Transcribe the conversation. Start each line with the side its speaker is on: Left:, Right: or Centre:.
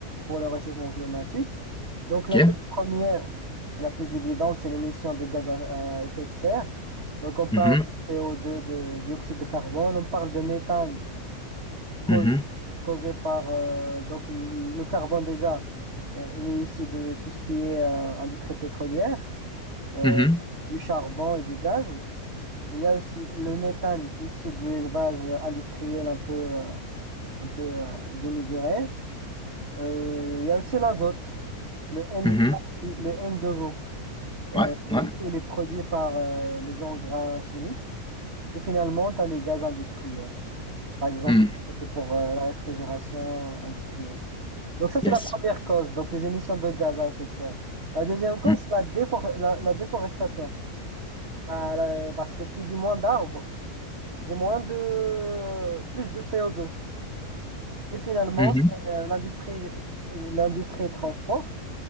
Right: pour le réchauffement climatique. Donc la
Centre: ok
Right: toute première et la plus évidente, c'est l'émission de gaz à, à effet de serre. Donc on parle
Centre: Mhm,
Right: de CO2, de dioxyde de carbone, on parle de méthane causé,
Centre: mhm,
Right: causé par euh, donc le le carbone déjà, euh, il est issu de tout ce qui est euh, industrie pétrolière, euh,
Centre: mhm,
Right: du charbon et du gaz. Il y a aussi le méthane ici de l'élevage industriel un peu, euh, un peu euh, démesuré. Euh, il y a aussi l'azote, le N,
Centre: mhm.
Right: le N2O. Euh,
Centre: Ouais, ouais.
Right: il est produit par euh, les engrais chimiques. Et finalement, tu as les gaz industriels. Par exemple,
Centre: Mm.
Right: pour euh, la réfrigération industrielle. Donc ça, c'est
Centre: Yes.
Right: la première cause, donc les émissions de gaz à effet de serre. La deuxième cause,
Centre: Mm.
Right: c'est la, défor- la, la déforestation. Bah, la- parce que qui dit moins d'arbres, du moins de plus de co deux Et finalement,
Centre: Mhm,
Right: c'est euh, l'industrie l'industrie transport,